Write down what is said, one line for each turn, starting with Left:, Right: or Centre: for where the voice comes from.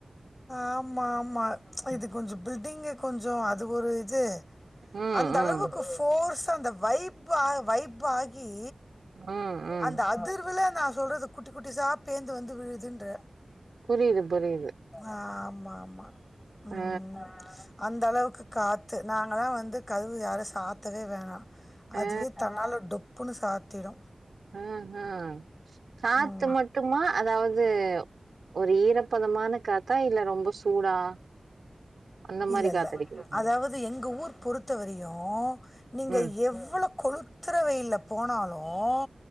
Left: ஆமா ஆமா இது கொஞ்சம் பில்டிங்கு கொஞ்சம் அது ஒரு இது
Right: ம்
Left: அந்த
Right: ம்
Left: அளவுக்கு போஃர்ஸ் அந்த வைப் வைப்ஆகி
Right: ம் ம்
Left: அந்த அதிர்வுல நா சொல்றது குட்டி குட்டிசா பேந்து வந்து விழுதுன்ற
Right: புரியுது புரியுது
Left: ஆ ஆமா ஆமா ம்
Right: ஆ
Left: அந்த அளவுக்கு காத்து நாங்கலா வந்து கதவு யாரு சாத்தவே வேணா
Right: ஆ
Left: அதுவே தன்னால டொப்புனு சாத்திடு
Right: ம் ம் காத்து
Left: ம்.
Right: மட்டுமா அதாவது ஒரு ஈரப்பதமான காத்தா இல்ல ரொம்ப சூடா அந்த
Left: இல்ல
Right: மாரி
Left: இல்ல
Right: காத்தடிக்குது
Left: அதாவது எங்க ஊர் பொறுத்தவரையு நீங்க
Right: ம்
Left: எவ்ளோ கொழுத் துற வெயில போனாலும்